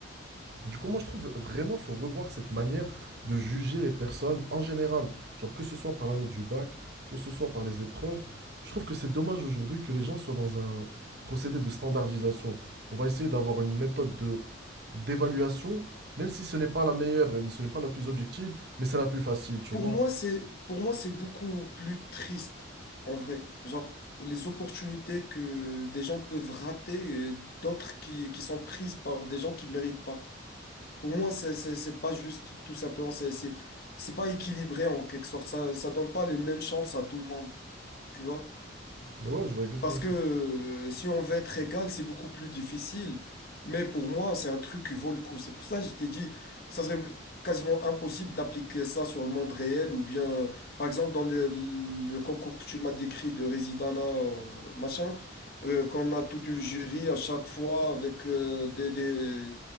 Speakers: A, on the right; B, on the left.
A: Du coup, moi, je trouve vraiment qu'il faut revoir cette manière de juger les personnes en général. Genre, que ce soit par la note du bac, que ce soit par les épreuves. Je trouve que c'est dommage aujourd'hui que les gens soient dans un procédé de standardisation. On va essayer d'avoir une méthode de d'évaluation, même si ce n'est pas la meilleure, et ce n'est pas la plus objective, mais c'est la plus facile, tu
B: Pour
A: vois.
B: moi, c'est, pour moi, c'est beaucoup plus triste, en vrai. Genre, les opportunités que des gens peuvent rater et d'autres qui, qui sont prises par des gens qui méritent pas. Pour moi, c'est, c'est, c'est pas juste, tout simplement, c'est, c'est, c'est pas équilibré en quelque sorte. Ça, ça donne pas les mêmes chances à tout le monde, tu vois?
A: Ouais, je vois exactement.
B: Parce que euh, si on veut être égal, c'est beaucoup plus difficile. Mais pour moi, c'est un truc qui vaut le coup. C'est pour ça que je t'ai dit, ça serait quasiment impossible d'appliquer ça sur le monde réel ou bien, par exemple, dans le, le concours que tu m'as décrit de Residana, euh, machin, euh, qu'on a toute une jury à chaque fois avec euh, des, des